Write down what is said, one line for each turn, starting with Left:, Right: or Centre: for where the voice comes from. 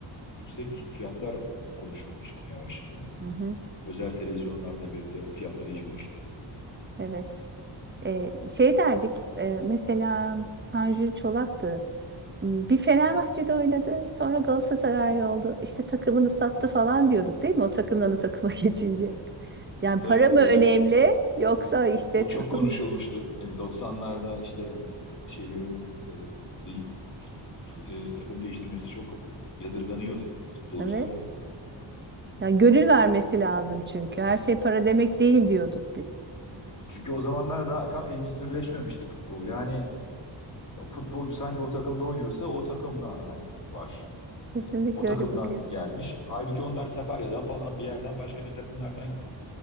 Left: yüksek fiyatlar konuşulmaya çıkmaya başladı.
Right: Hı hı.
Left: Özel televizyonlarla birlikte fiyatlar iyice uçtu.
Right: Evet. Ee, şey derdik. e, mesela Tanju Çolak'tı. Hmm, Bir Fenerbahçe'de oynadı. Sonra Galatasaraylı oldu. İşte takımını sattı falan diyorduk değil mi? O takımdan o takıma <laughs> geçince. Yani
Left: Evet
Right: para
Left: öyle
Right: mı önemli
Left: bir
Right: yoksa işte
Left: O çok
Right: takım.
Left: konuşulmuştu. E, 90'larda işte fut- şeylerin e, de- fut- fut- e, takım değiştirmesi çok yadırganıyordu futbolcuların.
Right: Evet. Yani gönül vermesi lazım çünkü. Her şey para demek değil diyorduk biz.
Left: Çünkü o zamanlar daha tam endüstrileşmemişti futbol. Yani futbolcu sanki o takımda oynuyorsa o takımla hani var.
Right: Kesinlikle
Left: O takımdan
Right: öyle bakıyoruz.
Left: gelmiş. Halbuki onlar Sakarya'dan falan bir yerden başka bir takımlardan